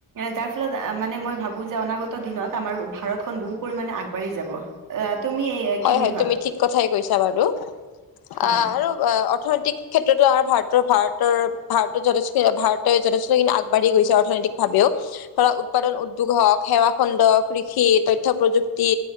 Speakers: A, on the right (about 60°); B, on the left (about 85°).
A: তাৰ ফলত মানে মই ভাবো যে অনাগত দিনত আমাৰ ভাৰতখন বহু পৰিমাণে আগবাঢ়ি যাব। তুমি
B: হয়
A: কি বুলি
B: হয়,
A: ভাবা
B: তুমি ঠিক কথাই কৈছা বাৰু।
A: হয়
B: অ' আৰু অৰ্থনৈতিক ক্ষেত্ৰতো আমাৰ ভাৰতৰ ভাৰতৰ ভাৰতত যথেষ্ট। ভাৰতে যথেষ্টখিনি আগ বাঢ়ি গৈছে অৰ্থনৈতিক ভাৱেও ধৰা উৎপাদন উদ্যোগ হওক সেৱা খণ্ড কৃষি তথ্য প্ৰযুক্তি